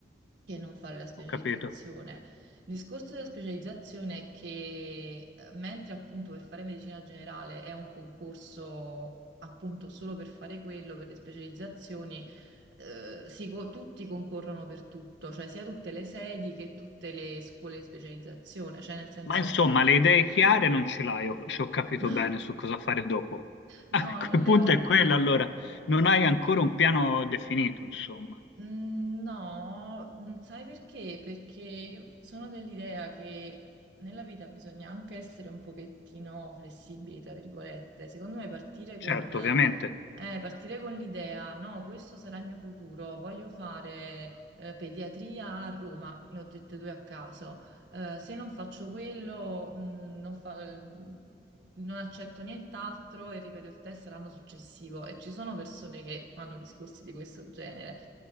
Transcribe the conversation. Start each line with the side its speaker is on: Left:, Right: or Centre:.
Right: che non fare la specializzazione.
Left: Ho capito.
Right: Il discorso della specializzazione è che eh, mentre appunto per fare medicina generale è un concorso appunto solo per fare quello, per le specializzazioni, eh, si co- tutti concorrono per tutto, cioè sia tutte le sedi che tutte le scuole di specializzazione, cioè nel senso
Left: Ma insomma, le idee chiare non ce l'hai, ho- se ho capito
Right: no,
Left: bene su cosa fare dopo.
Right: no,
Left: Ah, <laughs>
Right: non
Left: il punto
Right: le ho.
Left: è quello, allora, non hai ancora un piano definito, insomma.
Right: Mm, No, mm, sai perché? Perché io sono dell'idea che nella vita bisogna anche essere un pochettino flessibili, tra virgolette. Secondo me partire
Left: Certo,
Right: con, eh,
Left: ovviamente.
Right: partire con l'idea, no, questo sarà il mio futuro, voglio fare, eh, pediatria a Roma, ne ho dette due a caso. Eh, se non faccio quello, mm, non fa- mm, non accetto nient'altro e ripeto il test l'anno successivo. E ci sono persone che fanno discorsi di questo genere.